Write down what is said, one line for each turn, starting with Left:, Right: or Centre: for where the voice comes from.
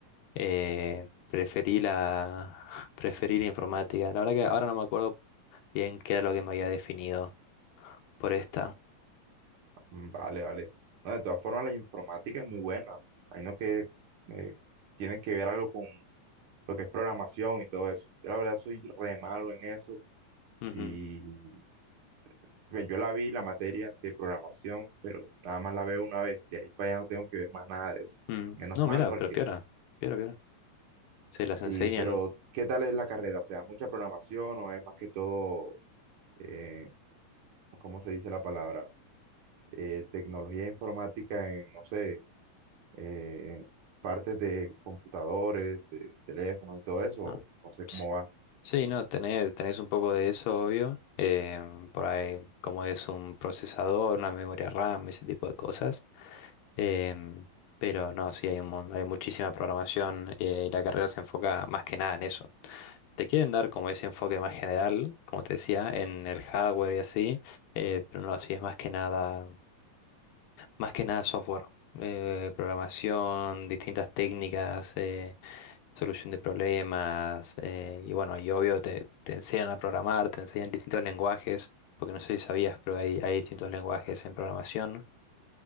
Left: eh, preferí la, <laughs> preferí la informática. La verdad que ahora no me acuerdo bien qué era lo que me había definido por esta.
Right: Mm, Vale, vale. No, de todas formas, la informática es muy buena. Hay no que eh, tienen que ver algo con lo que es programación y todo eso. Yo la verdad soy re malo en eso
Left: Ujú,
Right: y pues, yo la vi, la materia de programación, pero nada más la veo una vez. De ahí para allá no tengo que ver más nada de eso.
Left: mm.
Right: Menos
Left: No,
Right: mal
Left: mira,
Right: porque
Left: pero piora, piora, piora. Se las
Right: Sí,
Left: enseñan.
Right: pero ¿qué tal es la carrera? O sea, ¿mucha programación o es más que todo, eh, ¿cómo se dice la palabra? Eh, tecnología informática en, no sé, eh, partes de computadores, de teléfonos y todo eso.
Left: Ah,
Right: No sé cómo
Left: ps.
Right: va.
Left: Sí, no, tenés, tenés un poco de eso, obvio. eh, por ahí, como es un procesador, una memoria RAM, ese tipo de cosas. em, pero no, sí, hay un, mon- hay muchísima programación eh, y la carrera se enfoca más que nada en eso. Te quieren dar como ese enfoque más general, como te decía, en el hardware y así, eh, pero no, sí es más que nada más que nada software, eh, programación, distintas técnicas, eh, solución de problemas, eh, y bueno, y obvio te, te enseñan a programar, te enseñan distintos lenguajes, porque no sé si sabías, pero hay, hay distintos lenguajes en programación.